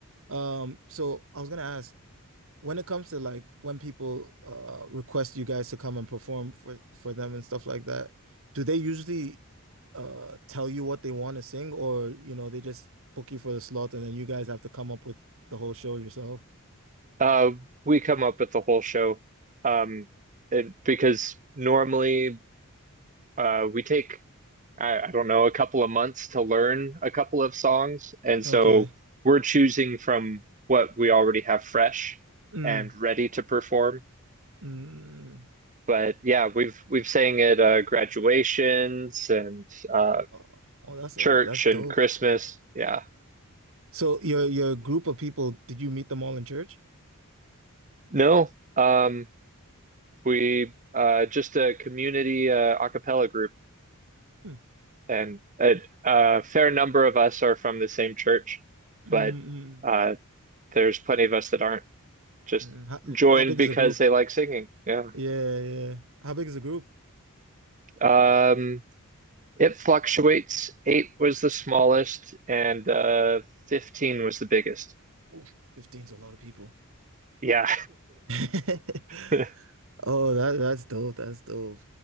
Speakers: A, on the right; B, on the right.
A: Um, so I was gonna ask When it comes to like when people uh request you guys to come and perform for for them and stuff like that, do they usually uh tell you what they want to sing or you know they just book you for the slot and then you guys have to come up with the whole show yourself?
B: Uh, we come up with the whole show um, and because normally uh, we take I, I don't know, a couple of months to learn a couple of songs. And
A: Okay.
B: so we're choosing from what we already have fresh
A: Mm,
B: and ready to perform.
A: mm.
B: But yeah, we've we've sang at uh, graduations and uh,
A: Oh, oh, that's uh
B: church
A: that's dope.
B: and Christmas. Yeah.
A: So your your group of people, did you meet them all in church?
B: No, um, we uh, just a community uh, a cappella group,
A: Mm,
B: and a, a fair number of us are from the same church,
A: mm,
B: but
A: mm,
B: uh, there's plenty of us that aren't. just
A: mm. How
B: joined
A: how big is
B: because
A: the group?
B: they like singing. Yeah.
A: Yeah, yeah. How big is the group?
B: Um, it fluctuates. Eight was the smallest, and uh, 15 was the biggest.
A: Oof, 15's a lot of people.
B: Yeah.
A: <laughs>
B: <laughs>
A: Oh, that that's dope. That's dope.